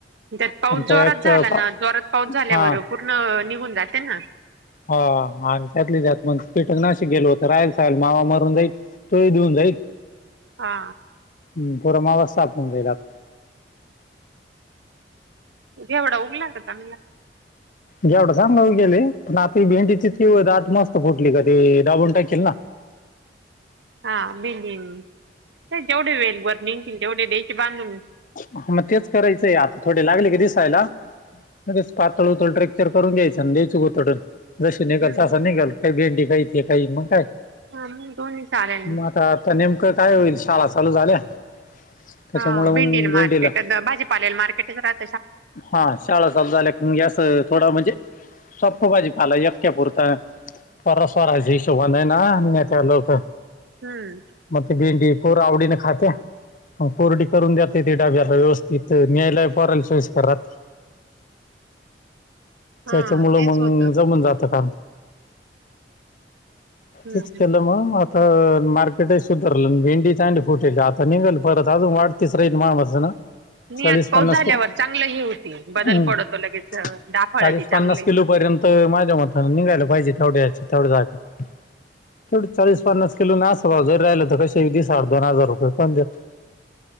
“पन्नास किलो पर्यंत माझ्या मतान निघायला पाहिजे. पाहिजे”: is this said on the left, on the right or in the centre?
Left